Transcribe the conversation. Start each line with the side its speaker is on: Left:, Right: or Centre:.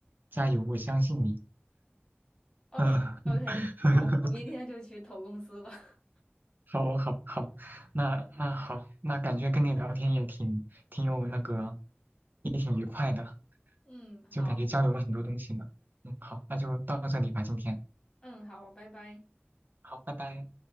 Right: 加油，我相信你。
Left: OK
Right: 嗯，
Left: OK，
Right: <laughs>
Left: 好，我明天就去投公司了。<laughs>
Right: 好，好，好，那那好，那感觉跟你聊天也挺挺有那个，也挺愉快的，
Left: 嗯，好，
Right: 就感觉交流了很多东西嘛。嗯，好，那就到这里吧，今天。
Left: 嗯，好，拜拜。
Right: 好，拜拜。